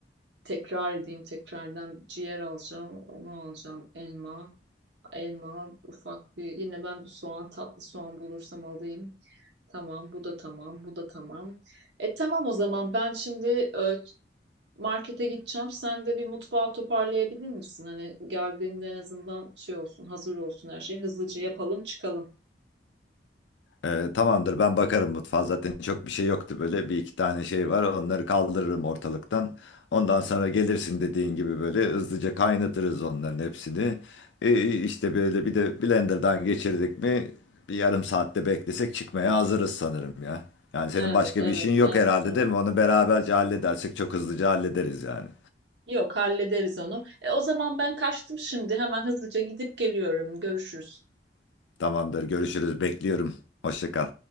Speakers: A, on the right; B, on the left.
A: Tekrar edeyim tekrardan. Ciğer alacağım. Onu alacağım. Elma. Elma ufak bir. Yine ben soğan tatlı soğan bulursam alayım. Tamam bu da tamam. Bu da tamam. E tamam o zaman ben şimdi e, markete gideceğim. Sen de bir mutfağı toparlayabilir misin? Hani geldiğinde en azından şey olsun hazır olsun her şey. Hızlıca yapalım çıkalım.
B: Ee, tamamdır ben bakarım mutfağa zaten çok bir şey yoktu böyle bir iki tane şey var onları kaldırırım ortalıktan. Ondan sonra gelirsin dediğin gibi böyle hızlıca kaynatırız onların hepsini. Ee, işte böyle bir de blenderdan geçirdik mi bir yarım saatte beklesek çıkmaya hazırız sanırım ya. Yani senin
A: Evet
B: başka
A: evet
B: bir işin yok
A: evet
B: herhalde
A: evet.
B: değil mi? Onu beraberce halledersek çok hızlıca hallederiz yani.
A: Yok hallederiz onu. E, o zaman ben kaçtım şimdi. Hemen hızlıca gidip geliyorum. Görüşürüz.
B: Tamamdır görüşürüz bekliyorum. Hoşça kal.